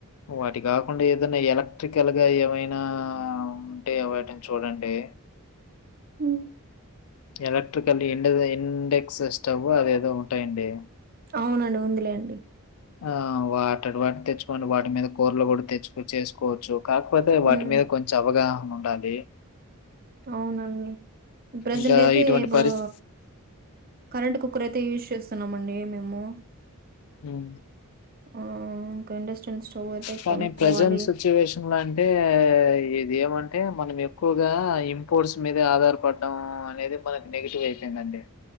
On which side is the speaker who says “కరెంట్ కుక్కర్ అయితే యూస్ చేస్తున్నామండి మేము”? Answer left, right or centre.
Right